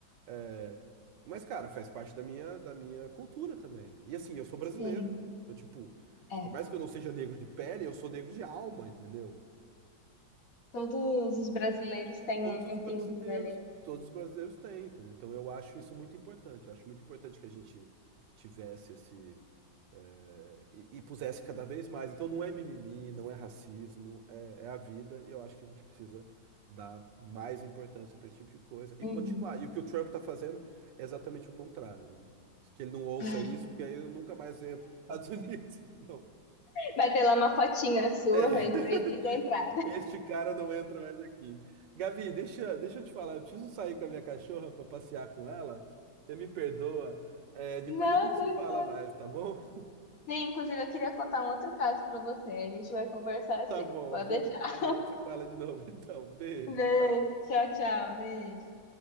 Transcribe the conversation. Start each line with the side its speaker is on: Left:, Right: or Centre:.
Right: É, Mas, cara, faz parte da minha, da minha cultura também. E assim, eu sou brasileiro.
Left: Sim,
Right: Então, tipo,
Left: é.
Right: por mais que eu não seja negro de pele, eu sou negro de alma, entendeu?
Left: Todos os brasileiros têm
Right: Todos
Left: um,
Right: os
Left: um
Right: brasileiros,
Left: pinguinho ali, né?
Right: todos os brasileiros têm, entendeu? Então eu acho isso muito importante. Eu acho muito importante que a gente tivesse esse eh, e, e pusesse cada vez mais. Então não é mimimi, não é racismo, é, é a vida e eu acho que a gente precisa dar mais importância para esse tipo de coisa e
Left: Uhum.
Right: continuar. E o que o Trump está fazendo é exatamente o contrário, né? Que ele não ouça
Left: É.
Right: isso, porque aí eu nunca mais entro nos Estados Unidos. <laughs> Não.
Left: Vai ter lá uma fotinha sua,
Right: É.
Left: vem
Right: <laughs>
Left: proibida a entrada.
Right: Este cara não entra mais aqui. Gabi, deixa, deixa eu te falar. Eu preciso sair com a minha cachorra para passear com ela. Você me perdoa. É, depois
Left: Não,
Right: a gente
Left: foi
Right: se fala
Left: fã.
Right: mais, tá bom? <laughs>
Left: Sim, inclusive eu queria contar um outro caso pra você. A gente vai conversar assim.
Right: Tá bom,
Left: Pode
Right: a gente,
Left: deixar.
Right: a gente se fala de novo. <laughs> Então, beijo,
Left: Beijo.
Right: tchau.
Left: Tchau, tchau. Beijo.